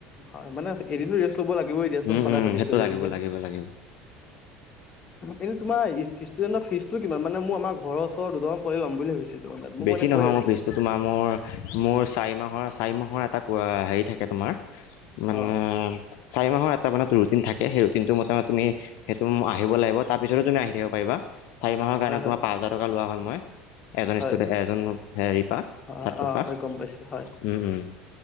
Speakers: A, on the left; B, on the left.
A: হয় মানে এদিনটো ৰেষ্ট কৰিব লাগিবই দিয়াচোন,
B: উম
A: সদায়
B: উম
A: প্ৰেক্টিছ
B: সেইটো
A: কৰি
B: লাগিব
A: থাকিলে।
B: লাগিব লাগিব
A: এনেই তোমাৰ ইচ হিচ ষ্টুডেণ্ট ৰ ফীজটো কিমান মানে? মু আমাৰ ঘৰৰ ওচৰৰ দুজনমান পৰহি বুলি ভাবিছিল। তোমাৰ তাত মোক
B: বেছি
A: মানে কৈ
B: নহয়।
A: আছিলে
B: মোৰ ফিজটো তোমাৰ মোৰ মোৰ চাৰি মাহৰ চাৰি মাহৰ এটা কোৱা হেৰি থাকে তোমাৰ মানে
A: অ
B: চাৰি মাহৰ এটা ৰুটিন থাকে। সেই দিনটো মতামত তুমি সেচুম আহিব লাগিব। তাৰ পিছত তুমি আহি থাকিব পাৰিবা। চাৰি মাহৰ কাৰণে
A: হয় হয়
B: তোমাৰ পাঁচ হাজাৰ টকা লোৱা হয়। মই এজন
A: হয়
B: ষ্টুডে এজন হেৰি পা
A: অ,
B: ছাত্ৰৰ
A: অ।
B: পৰা
A: হয়। গম পাইছো হয়।
B: উম উম